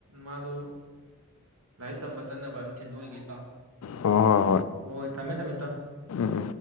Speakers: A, on the right; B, on the left.
A: ꯃꯥꯗꯨ ꯂꯥꯏꯔꯤꯛ ꯇꯝꯕ ꯆꯠꯅꯕ ꯑꯃ ꯊꯤꯟꯗꯣꯛꯏꯒꯦ ꯏꯇꯥꯎ
B: ꯍꯣꯏ ꯍꯣꯏ
A: ꯍꯣꯏ ꯊꯝꯃꯦ ꯊꯝꯃꯦ ꯏꯇꯥꯎ
B: ꯎꯝ ꯎꯝ꯫